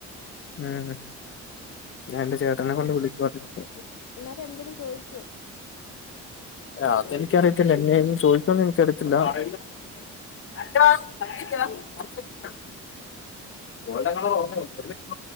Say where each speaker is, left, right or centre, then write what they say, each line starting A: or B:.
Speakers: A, on the left (about 45°); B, on the left (about 65°).
A: ഉം ഞാൻ എന്റെ ചേട്ടനെ
B: പ്പേരി
A: കൊണ്ട് വിളിച്ചു പറഞ്ഞിട്ട്
B: എല്ലാരും എന്തേലും ചോയിക്കോ
A: അത് എനിക്കറിയത്തില്ല എന്നേലും ചോദിക്കോന്ന് എനിക്ക് അറിയത്തില്ല <unintelligible> ഗോർഡൻ കളർ <unintelligible>